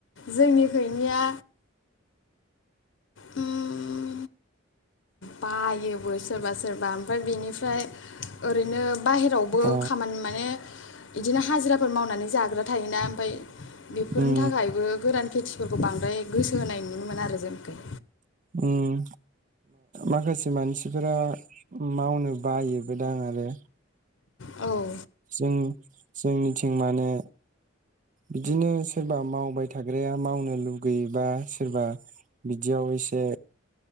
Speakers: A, on the left; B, on the right.
A: जोंनिखैनिया उ म बायोबो सोरबा सोरबा ओमफाय बेनिफ्राय ओरैनो बाहेरायावबो
B: अ
A: खामानि माने इदिनो हाजिराफोर मावनानै जाग्रा थायोना ओमफाय बेफोरनि
B: उम
A: थाखायबो गोरान खेथि फोरखौ बांद्राय गोसो होनाय नुनो मोना आरो जोंनिखै
B: उम माखासे मानसिफोरा मावनो बायोबोदां आरो
A: औ
B: जों जोंनिथिं माने बिदिनो सोरबा मावबाय थाग्राया मावनो लुगैयोबा सोरबा बिदियाव एसे